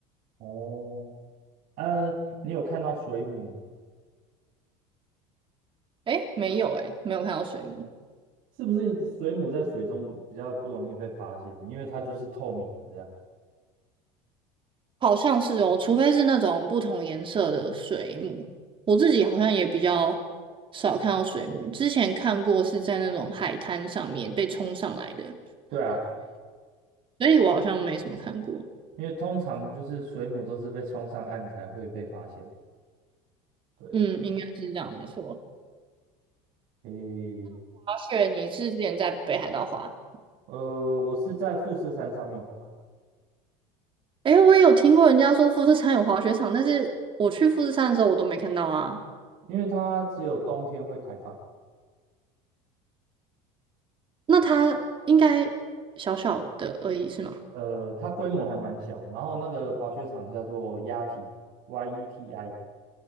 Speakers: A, on the right (about 60°); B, on the right (about 30°).
A: 哦，呃，你有看到水母吗？
B: 诶，没有诶，没有看到水母，
A: 是不是水母在水中比较不容易被发现，因为它就是透明的这样？
B: 好像是哦，除非是那种不同颜色的水母。我自己好像也比较少看到水母，之前看过是在那种海滩上面被冲上来的，
A: 对啊，
B: 所以我好像没什么看过。
A: 因为通常就是水母都是被冲上岸才会被发现。对，
B: 嗯，应该是这样，没错。那。
A: 诶，
B: 雪，你是之前在北海道滑？
A: 呃，我是在富士山上面滑，
B: 诶，我也有听过人家说富士山有滑雪场，但是我去富士山的时候我都没看到啊。
A: 因为它只有冬天会开放。
B: 那它应该小小的而已是吗？
A: 呃，它规模还蛮小，然后那个滑雪场叫做 y 体 y E T I，